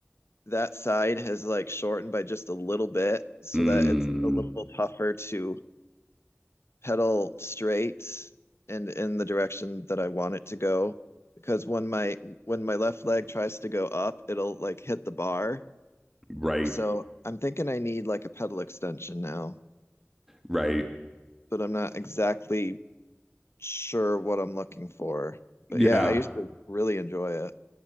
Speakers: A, on the left; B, in the centre.
A: that side has like shortened by just a little bit so
B: Mm.
A: that it's a little tougher to pedal straight and in the direction that I want it to go. Because when my when my left leg tries to go up, it'll like hit the bar.
B: Right.
A: So I'm thinking I need like a pedal extension now,
B: Right.
A: but I'm not exactly sure what I'm looking for. But
B: Yeah.
A: yeah, I used to really enjoy it.